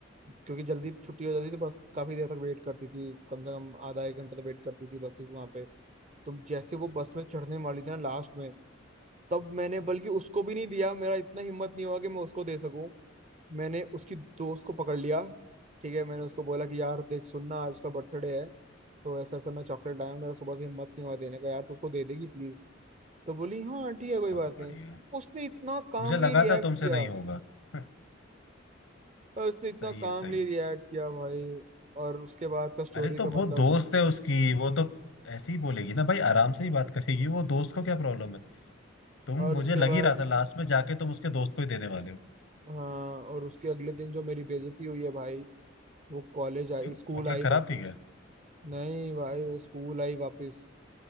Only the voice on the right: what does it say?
क्योंकि जल्दी छुट्टी हो जाती थी बस काफी देर तक वेट करती थी कम से कम आधा एक घंटा तो वेट करती थी बसेस वहां पे तो जैसे वो
बस में चढ़ने वाली थी ना लास्ट में तब मैंने बल्कि उसको भी नहीं दिया मेरा इतना हिम्मत नहीं हुआ कि मैं उसको दे सकूं मैंने उसकी दोस्त को पकड़ लिया ठीक है मैंने उसको बोला कि यार देख सुनना आज उसका बर्थडे है तो ऐसा ऐसा मैं चॉकलेट लाया हूं, मेरा सुबह से हिम्मत नहीं हुआ देने का यार तो उसको दे देगी प्लीज तो बोली हाँ ठीक है कोई
बात नहीं
उसने इतना कामली
रिएक्ट
किया
और उसने इतना
कामली
रिएक्ट
किया भाई और उसके बाद का स्टोरी
तो
मतलब
और
उसके
बाद
हाँ और उसके अगले दिन जो मेरी बेइज्जती हुई है भाई वो कॉलेज आई
स्कूल
आई
वापस
नहीं भाई वो स्कूल आई वापस